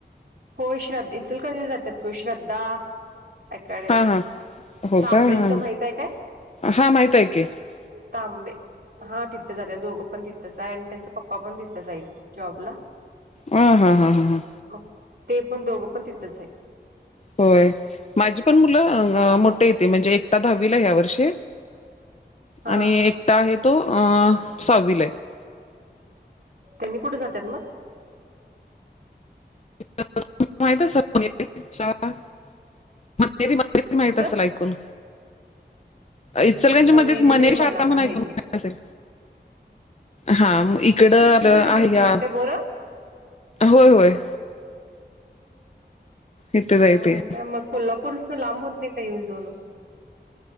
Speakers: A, on the right (about 65°); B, on the left (about 40°).
A: हो श्रद्ा इ चलक जातात कि श्रद्धा अकॅडमी
B: हा हा. हो
A: तांबेंचं
B: का हा
A: माहित आहे काय?
B: हा माहित आहे की. अ
A: तांबे. हा तिथं जात्यात, दोघं पण तिथंच आहे. अन त्यांच पप्पा पण तिथंच आहेत जॉबला.
B: अं हा हा हा हा.
A: मग ते पण दोघं पण तिथंच आहे.
B: होय. माझी पण मुलं
A: हा
B: अं मोठे टे. म्हणजे एक आता दहावीला या वर्षी
A: हा
B: आणि एक आहे तो अ सहवी ला आहे.
A: तुम्ही कुठे जातात म?
B: <unintelligible> म्हातारी बारी पण माहीत
A: कुठं
B: असल ऐकून. इचलकरंजी
A: मनेरी
B: मध्येच मणिर
A: नाही मला
B: शहादा म्हनुन
A: का माहित
B: ऐकून
A: नाही
B: असेल. हा म इकड आलं
A: इचलकरंजीतच
B: आहे या,
A: आहेत का पोरं
B: होय होय. इथेच आहे
A: होय
B: ते
A: काय? मग कोल्हापूर जास्त लांब होत नाही का येऊन जाऊन म?